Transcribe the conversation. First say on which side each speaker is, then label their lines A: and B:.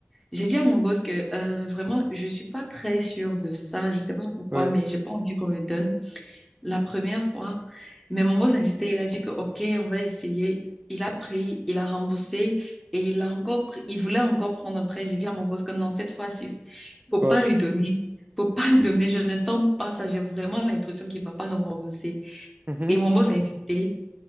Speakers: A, in the centre; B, on the right.
A: J'ai dit à mon boss que euh, vraiment, je suis pas très sûre de ça. Je sais pas pourquoi,
B: ouais,
A: mais j'ai pas envie qu'on le donne la première fois. Mais mon boss a insisté. Il a dit que OK, on va essayer. Il a pris, il a remboursé et il a encore pris- il voulait encore prendre un prêt. J'ai dit à mon boss que non, cette fois-ci, faut
B: ouais.
A: pas lui donner. Faut pas lui donner. Je ne sens pas ça. J'ai vraiment l'impression qu'il va pas nous rembourser.
B: Mhm.
A: Et mon boss a insisté.